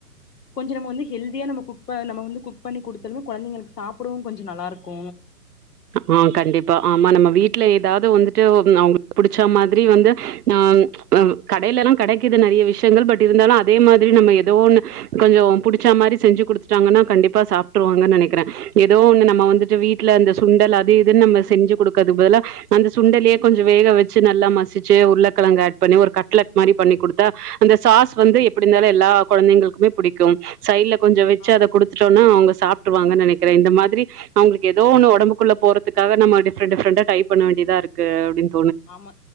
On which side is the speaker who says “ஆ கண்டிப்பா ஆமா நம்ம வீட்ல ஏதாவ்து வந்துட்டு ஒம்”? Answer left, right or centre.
Right